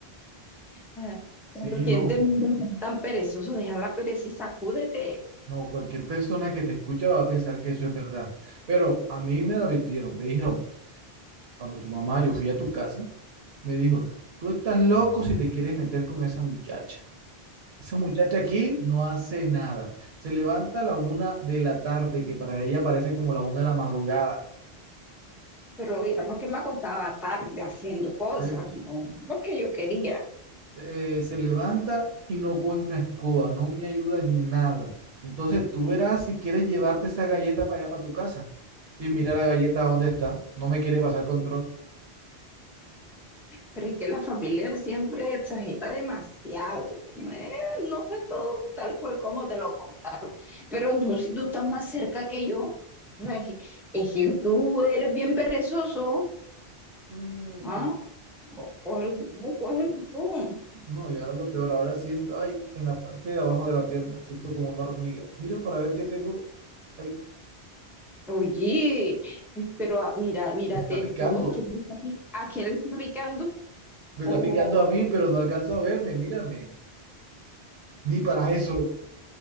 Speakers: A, in the centre; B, on the right.
A: Ah,
B: Sí,
A: Pero ¿quién
B: no,
A: te manda a ser tan perezoso? Deja la pereza y sacúdete.
B: no, cualquier persona que te escucha va a pensar que eso es verdad. Pero a mí me lo advirtieron, me dijeron. cuando tu mamá, yo fui a tu casa, me dijo, tú estás loco si te quieres meter con esa muchacha. Esa muchacha aquí no hace nada. Se levanta a la una de la tarde, que para ella parece como la una de la madrugada.
A: Pero era porque me acostaba tarde haciendo cosas,
B: Eh,
A: no porque yo quería.
B: se eh, se levanta y no coge una escoba, no me ayuda en nada. Entonces tú verás si quieres llevarte esa galleta para allá, para tu casa. Y mira la galleta dónde está. No me quiere pasar control.
A: Pero es que la familia siempre exagera demasiado. No, es- no fue todo tal cual como te lo Pero no, si tú estás más cerca que yo. O sea, es que, es que tú eres bien perezoso.
B: Mm,
A: ¿Ah?
B: No,
A: Cógelo tú, cógelo tú.
B: No, y ahora lo peor, ahora siento, ay, en la parte de abajo de la pierna, siento como una hormiga. Mira para ver qué tengo. Ay,
A: Oye, pero ah, mira, mírate
B: me está picando.
A: tú, ¿a quién le está, pic- a quién le está picando?
B: Me
A: Oh,
B: está picando a mí, pero no alcanzo a verme, mírame. Ni para eso.